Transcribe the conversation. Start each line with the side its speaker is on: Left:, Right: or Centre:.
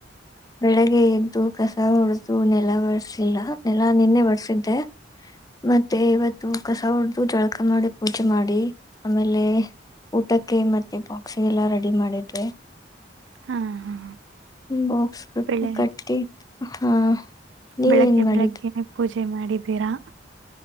Left: ಬೆಳಿಗ್ಗೆ ಎದ್ದು ಕಸ ಉಡ್ದು ನೆ ಎಲ್ಲ ಬರ್ಸಿಲ್ಲ ನೆಲ್ಲಾ ನಿನ್ನೆ ಬರ್ಸಿದ್ದೆ ಮತ್ತೆ ಇವತ್ತು ಕಸ ಹಡ್ದು ಜಳಕ ಮಾಡಿ ಪೂಜೆ ಮಾಡಿ ಆಮೇಲೆ ಊಟಕ್ಕೆ ಮತ್ತೆ ಬಾಕ್ಸ್ ಎಲ್ಲ ರೆಡಿ ಮಾಡಿದ್ರೆ
Right: ಹಾ ಹಾ
Left: ಬಾಕ್ಸ್ಟ್ಟ
Right: ಬೆಳೆ
Left: ಕಟ್ಟಿ ಹಾ ನೀವೇನ್
Right: ಬೆಳಗ್ಗೆ
Left: ಮಾಡಿದ್ರಿ
Right: ಬೆಳಗ್ಗೆ ಪೂಜೆ ಮಾಡಿದೀರಾ